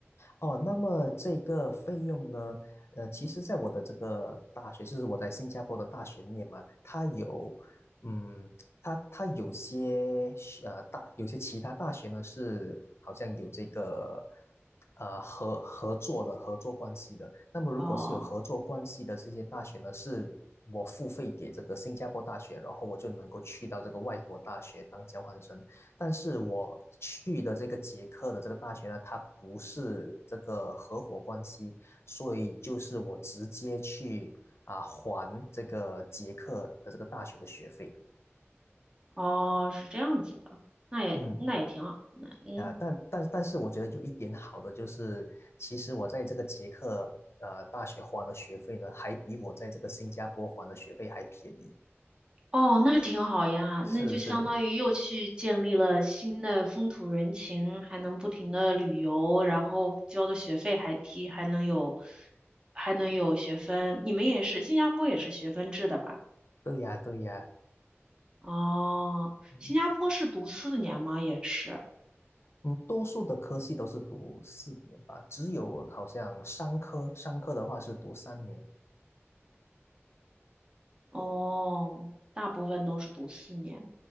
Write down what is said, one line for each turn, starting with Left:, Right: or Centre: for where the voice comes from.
Left: 哦，那么这个费用呢？呃，其实，在我的这个大学，就是我在新加坡的大学里面嘛，它有，嗯，它它有些学呃大有些其他大学呢是好像有这个呃合合作的合作关系的。那么，如果是有合作关系的这些大学呢，
Right: 哦
Left: 是我付费给这个新加坡大学，然后我就能够去到这个外国大学当交换生。但是我去的这个捷克的这个大学呢，它不是这个合伙关系，所以就是我直接去啊、还这个捷克的这个大学的学费。
Right: 哦，是这样子的，那也那也挺好，
Left: 嗯，
Right: 那嗯
Left: 啊、但但但是我觉得有一点好的就是，其实我在这个捷克呃大学还的学费呢，还比我在这个新加坡还的学费还便宜。
Right: 哦，那挺好呀，
Left: 是是，
Right: 那就相当于又去建立了新的风土人情，还能不停的旅游，然后交的学费还低，还能有还能有学分。你们也是，新加坡也是学分制的吧？
Left: 对呀对呀。
Right: 哦，
Left: 嗯。
Right: 新加坡是读四年吗？也是。
Left: 嗯，多数的科系都是读四年吧，只有好像商科，商科的话是读三年。
Right: 哦，大部分都是读四年，